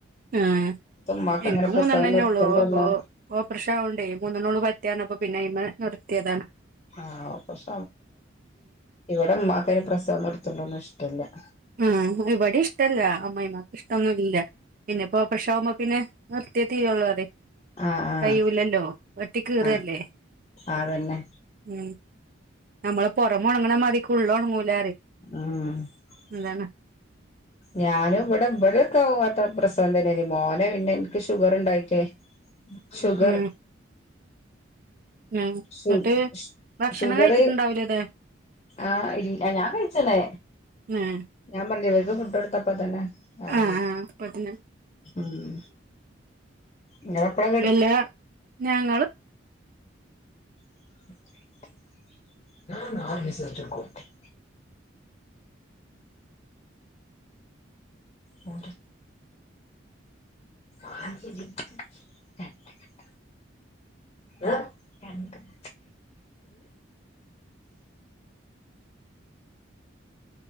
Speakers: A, on the right (about 45°); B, on the left (about 30°).
A: ഏഹ്
B: ഉമ്മാക്ക്
A: എനിക്ക്
B: അങ്ങനെ
A: മൂന്നെണ്ണം
B: പ്രസവം
A: തന്നെ
B: നിർത്തണ്ടൊന്നും
A: ഉള്ളൂ അപ്പൊ ഓപ്രേഷനാവണ്ടേ മൂന്നെണ്ണ ഉള്ളൂ പറ്റാനപ്പ പിന്നെ അയമേ നിർത്തി താണ്
B: ആഹ പക്ഷ ഇവിടെ ഉമ്മാക്കാര് പ്രസവം നിർത്തുന്നതൊന്നും ഇഷ്ടമല്ല
A: ആ ഇവിടെ ഇഷ്ടമല്ല അമ്മമായിമാക്ക് ഇഷ്ടൊന്നുമ ഇല്ല പിന്നെപ്പോ ഓപ്രേഷ പിന്നെ നിർത്തിയ തീരള്ളൂ അതേ
B: ആഹ്
A: കയൂലല്ലോ
B: ആഹ്
A: വെട്ടി കീറല്ലേ
B: ആഹ് അതന്നെ
A: ഉ നമ്മള് പുറമുണങ്ങണ മതിരിക്കുള്ളിൽ ഉണങ്ങൂല
B: ആഹ
A: എന്താണ്
B: ഞാനും ഇവിടെ ഇവിടൊക്ക ആവും അത്ര പ്രസവം തന്നെയ മോനെ പിന്നെ എനിക്ക് ഷുഗർ ഉണ്ടായിട്ടേ ഷുഗർ
A: ഉം ഉം എന്നിട്ട്
B: ഷു
A: ഭക്ഷണം
B: ഷുഗർ
A: കഴിച്ചിട്ടുണ്ടാവല അതെ
B: ആഹ് ഇല്ല ഞാൻ കഴിച്ചന്നെ
A: ഉം
B: ഞാൻ പറഞ്ഞിട്ല്ലേ വർക്ക് ഫുഡ് കൊടുത്തപ്പ തന്നെ ആ
A: ആഹ് ആഹ് അപ്പത്തിന്
B: <inaudible> ഉം ഇങ്ങളെപ്പളാ
A: ഇല്ലാ ഞങ്ങളും
B: <unintelligible> ന ആ മസ് അച്ചുക്ക <unintelligible> മു <inaudible> ആ <inaudible> <unintelligible> ആ രണ്ട് <inaudible>